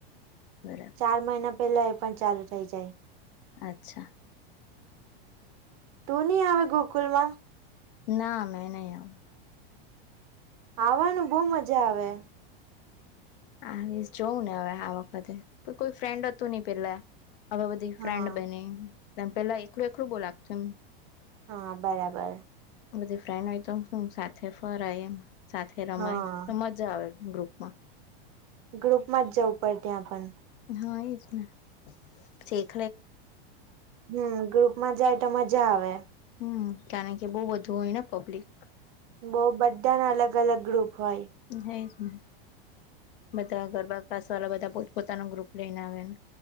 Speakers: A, on the left (about 60°); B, on the right (about 40°).
A: બરા
B: ચાર મહિના પેલા એ પણ ચાલુ થઇ જાય.
A: અચ્છા.
B: તુ નય આવે ગોકુલ માં.
A: ના મેં નહી આવુ.
B: આવવાનું બઉ મજા આવે.
A: આવીશ જોવું ને હવે આ વખતે તો કોઈ ફ્રેન્ડ હતું નઈ પેલા. હવે બધી ફ્રેન્ડ
B: હા
A: બની તેમ પેલા એકલું એકલું બો લાગતું મ.
B: હા બરાબર.
A: બધી ફ્રેન્ડ હોય તો હુ સાથે ફરાય એમ સાથે રમાય
B: હા
A: તો મજા આવે એમ ગ્રુપમાં.
B: ગ્રુપમાં જ જવું પડે ત્યાં પન.
A: હા એ જ ને છેક
B: હમ ગ્રુપમાં જાય તો મજા આવે.
A: હમ કારણ કે બઉ બધું હોય ને પબ્લિક.
B: બઉ બધાનાં અલગ અલગ ગ્રુપ હોય.
A: રેયજ ને. બધા ગરબા ક્લાસ વાલા બધાં પોત પોતાનું ગ્રુપ લઈને આવેને.